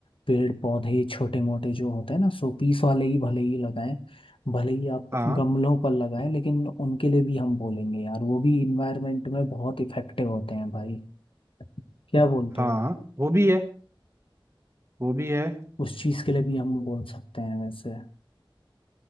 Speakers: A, on the left (about 75°); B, on the right (about 30°).
A: पेड़ पौधे छोटे मोटे जो होते हैं ना शोपीस वाले ही भले ही लगाएं भले ही आप
B: हाँ
A: गमलों पर लगाएं लेकिन उनके लिए भी हम बोलेंगे यार वो भी इन्वायरमेंट में बहुत इफेक्टिव होते हैं भाई क्या बोलते
B: हाँ
A: हो
B: वो भी है वो भी है
A: उस चीज़ के लिए भी हम बोल सकते हैं वैसे